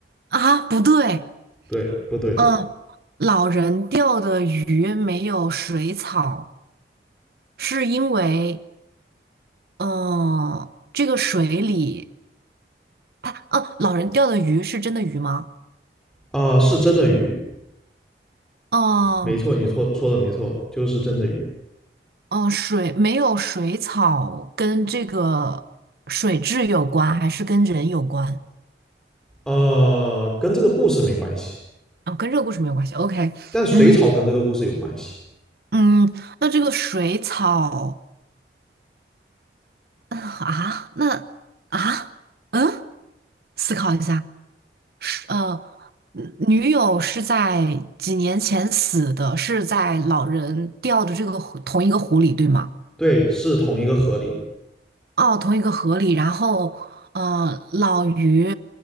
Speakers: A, on the right; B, in the centre.
A: 啊！不对，
B: 对，不对，
A: 嗯，老人钓的鱼没有水草，是因为，嗯，这个水里，它，哦，老人钓的鱼是真的鱼吗？
B: 呃，是真的鱼，
A: 嗯
B: 没错，你错说的没错，就是真的鱼。
A: 嗯，水没有水草跟这个水质有关，还是跟人有关？
B: 呃，跟这个故事没关系，
A: 哦，跟这个故事没有关系。OK，
B: 但水草跟这个故事有关系。
A: 嗯嗯，那这个水草呃啊，那啊，嗯，思考一下。是呃，嗯女友是在几年前死的，是在老人掉的这个湖同一个湖里，对吗？
B: 对，是同一个河里，
A: 哦，同一个河里。然后，呃，老于